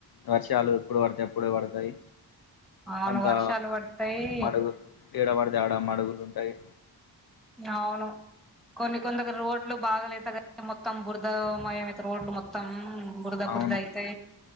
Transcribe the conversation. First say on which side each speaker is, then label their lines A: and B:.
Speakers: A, on the left (about 60°); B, in the centre.
A: వర్షాలు ఎప్పుడు పడితే అప్పుడే పడతయ్.
B: అవును
A: అంతా
B: వర్షాలు పడతాయి
A: మడుగు. ఏడ పడితే ఆడా మడుగులు ఉంటయ్.
B: అవును కొన్ని కొందకు రోడ్లు బాగలేత క మొత్తం బురద మయం అయితే రోడ్డు మొత్తం బురద
A: అవును
B: బురద అయితే